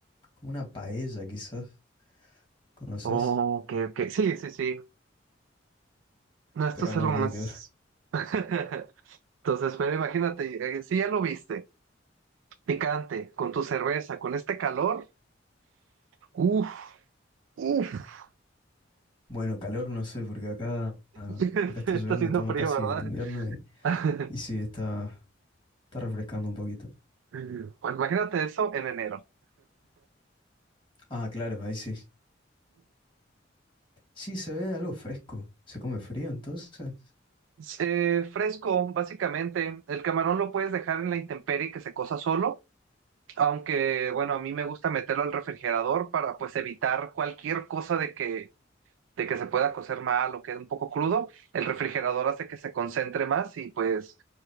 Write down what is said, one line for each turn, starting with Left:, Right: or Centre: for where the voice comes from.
Left: Como una paella quizás, ¿conoces?
Right: Oh, ok, ok. Sí, sí, sí. No, esto
Left: Pero
Right: es
Left: no,
Right: algo
Left: nada
Right: más.
Left: que ver.
Right: <laughs> Entonces, pero imagínate, eh, si ya lo viste, picante, con tu cerveza, con este calor. Uf, uf.
Left: Bueno, calor no sé, porque acá,
Right: <laughs>
Left: acá está
Right: Está
Left: lloviendo,
Right: haciendo
Left: estamos
Right: frío,
Left: casi
Right: ¿verdad?
Left: en invierno y,
Right: <laughs>
Left: y sí, está, está refrescando un poquito.
Right: Bueno, imagínate eso en enero.
Left: Ah, claro, ahí sí. Sí, se ve algo fresco. ¿Se come frío entonces?
Right: Eh, fresco, básicamente. El camarón lo puedes dejar en la intemperie que se cosa solo, aunque bueno, a mí me gusta meterlo al refrigerador para pues evitar cualquier cosa de que, de que se pueda cocer mal o quede un poco crudo. El refrigerador hace que se concentre más y pues